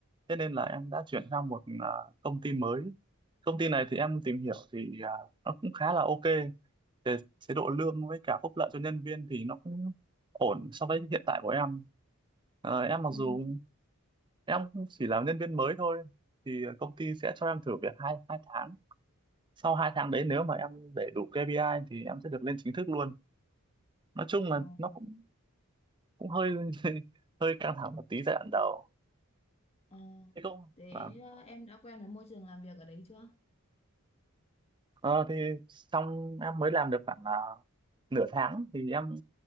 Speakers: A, on the right; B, on the left.
A: Thế nên là em đã chuyển sang một à, công ty mới. Công ty này thì em tìm hiểu thì à, nó cũng khá là ok. Về chế độ lương với cả phúc lợi cho nhân viên thì nó cũng ổn so với hiện tại của em. Ờ, em mặc
B: Ừ.
A: dù em chỉ làm nhân viên mới thôi thì công ty sẽ cho em thử việc hai hai tháng sau hai tháng đấy nếu mà em để đủ KPI thì em sẽ được lên chính thức luôn nói chung là
B: Ừ.
A: nó cũng cũng hơi <laughs> hơi căng thẳng một tí giai đoạn đầu
B: Ờ,
A: thế cũng
B: thế
A: vâng
B: ờ, em đã quen với môi trường làm việc ở đấy chưa?
A: Ờ, thì xong em mới làm được khoảng à, nửa tháng thì em